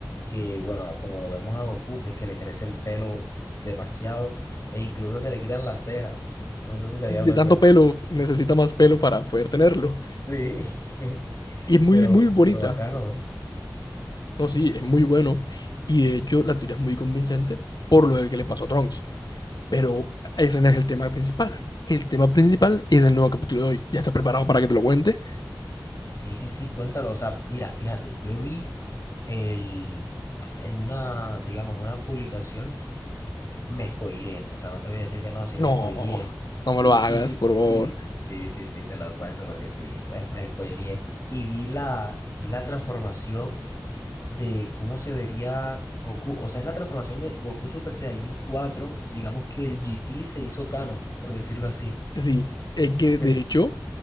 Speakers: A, on the left; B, on the left.
A: que, bueno, como lo vemos a Goku, que es que le crece el pelo demasiado e incluso se le quitan las cejas. <laughs> No sé si te habías
B: si de
A: dado
B: tanto
A: cuenta.
B: pelo necesita más pelo para poder tenerlo.
A: Sí, <laughs>
B: Y es muy,
A: pero,
B: muy bonita.
A: pero bacano.
B: No, sí, es muy bueno. Y de hecho, la teoría es muy convincente por lo de que le pasó a Trunks. Pero ese no es el tema principal. El tema principal es el nuevo capítulo de hoy. ¿Ya estás preparado para que te lo cuente?
A: Sí, sí, sí, cuéntalo. O sea, mira, fíjate, yo vi el, en una, digamos, una publicación, me spoileé. O sea, no te voy a decir que no, sí
B: No,
A: me spoileé.
B: no me
A: Y,
B: lo hagas,
A: y vi,
B: por favor.
A: y vi, sí, sí, sí, te lo cuento porque sí, me, me spoileé. Y vi la, vi la transformación de cómo se vería Goku. O sea, es la transformación de Goku Super Saiyajin cuatro Digamos que el GT se hizo canon, por decirlo así.
B: Sí, es que
A: Pe-
B: de hecho,